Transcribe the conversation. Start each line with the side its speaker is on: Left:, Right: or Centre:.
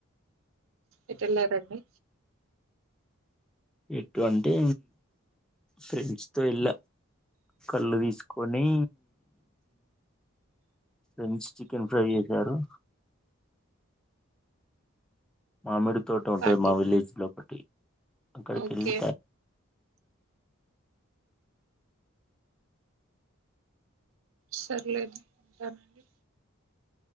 Right: ఎటు ఎల్లారండి.
Centre: ఎటు అంటే ఫ్రెండ్స్తోవెళ్ళ కల్లు తీసుకొని ఫ్రెండ్స్ ఉం చికెన్ ఫ్రై చేశారు. మామిడి. తోట ఉంటుంది
Right: పార్టీకి
Centre: మా విలేజ్ లో పెద్ద. <inaudible> అక్కడకికెళ్తే,
Right: ఓకే సర్లేండి ఉంటానండి.